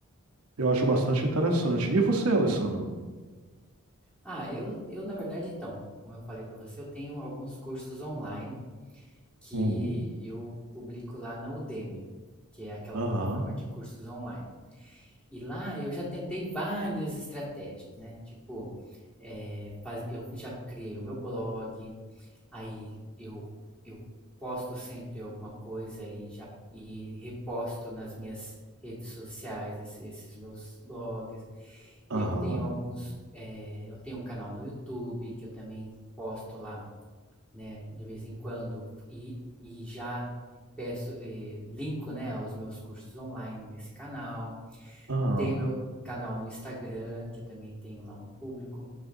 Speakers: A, on the right; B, in the centre.
A: Eu acho bastante interessante. E você, Alessandro?
B: Ah, eu, eu, na verdade, então, como eu falei para você, eu tenho alguns cursos online que
A: Uhum.
B: eu publico lá na Udemy, que é aquela
A: Aham,
B: plataforma de cursos online. E lá eu já tentei várias estratégias, né? Tipo, eh, faz- eu já criei o meu blog, Aí eu eu posto sempre alguma coisa e já e reposto nas minhas redes sociais esse esses meus blogs. Eu
A: aham,
B: tenho alguns, eh, eu tenho um canal no YouTube que eu também posto lá, né, de vez em quando e e já peço, eh, linko, né, aos meus cursos online nesse canal.
A: aham,
B: Tenho meu canal no Instagram, que eu também tenho lá um público.